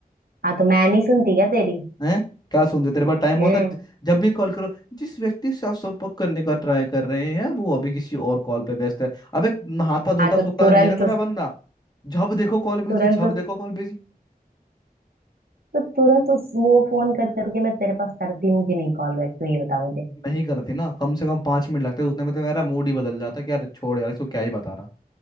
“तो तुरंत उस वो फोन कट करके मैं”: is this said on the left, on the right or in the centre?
Right